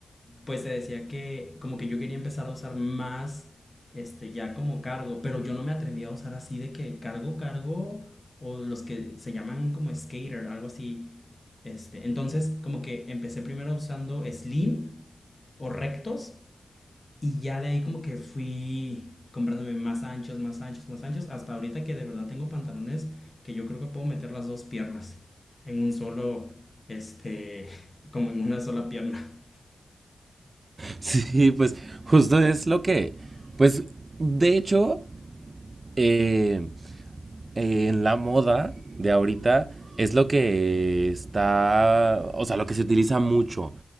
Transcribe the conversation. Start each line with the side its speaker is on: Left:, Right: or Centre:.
Left: pues te decía que como que yo quería empezar a usar más, este, ya como cargo, pero yo no me atrevía a usar así de que cargo, cargo, o los que se llaman como skater, algo así. Este, entonces como que empecé primero usando slim o rectos y ya de ahí como que fui comprándome más anchos, más anchos, más anchos, hasta ahorita que de verdad tengo pantalones que yo creo que puedo meter las dos piernas en un solo, este, <laughs> como en una sola pierna.
Right: Sí, pues justo es lo que... Pues de hecho, eh, eh, en la moda de ahorita es lo que está... O sea, lo que se utiliza mucho.